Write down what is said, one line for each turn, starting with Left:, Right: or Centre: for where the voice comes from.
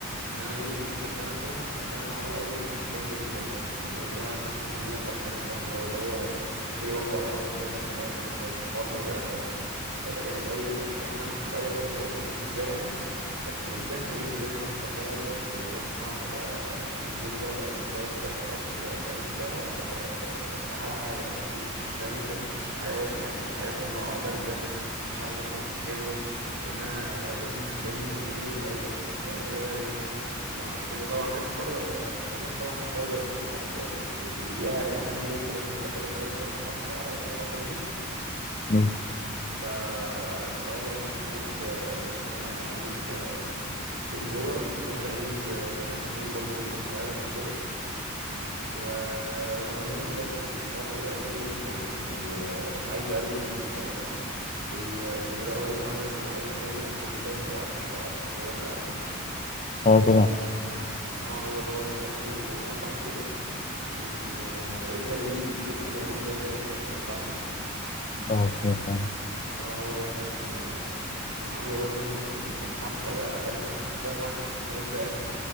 Right: ان انا يوم الافتتاح ده مثلا أخل- اعمل عروض جامده جدا يعني ممكن اعمل 50% خصم مثلا او اللي هو اشتري وجبه ولا وجبه تانية ببلاش مثلا الحوار هيبقى هيبقى جامد قوي اي نعم في الاول هيبقى وحش بالنسبه لي انا بس قدام هيجيب لي زباين اكتر بقى وم- ولازم طبعا ابقى اليوم ده ابقى الكواليتي بتاعت الاكل تبقى فاهم انت آه، اعلى حاجه مفيش فاهم انت مفيش حاجه وحشه مفيش حاجه تطلع بارده مفيش حاجه تطلع مش حلوه لان انا بجيب بجيب الزبون الاول فاهم بعد كده بقى ايه بعد كده طبعا لازم برضه استمر طبعا على الجودة بتاعة الأكل يعني بس دي, دي أه- أهم يوم فلازم تبقى كل حاجة متظبطة على الشعرة يعني فاهم قصدي؟
Left: أمم.
Right: فالحوار يعني المفروض آه، إن أنا أجيب آه، فود بلوجر وممكن أجيب آه، ممثلين برضه لسه مش عارف وكده و- ومغنيين برضه يعني الحوار هيبقى كبير جدا يعني آه، عايز أقلد ال ال- اسمه ايه ده رجل الأعمال المعروف قوي أحمد الباز لو عارفه بتاع قصر الكبابجي عارفه؟
Left: اه طبعا
Right: اه هو ده برضه كان عامل مطعم كده من آه، لسه جديد اسمه مضغوط دجاج لو سمعت عنه
Left: اه سمعت عنه
Right: اه هو ده كان آه، كان عامله برضه كان كان حفلة بقى فاهم انت كان حرفيا حفلة كان جايب بقى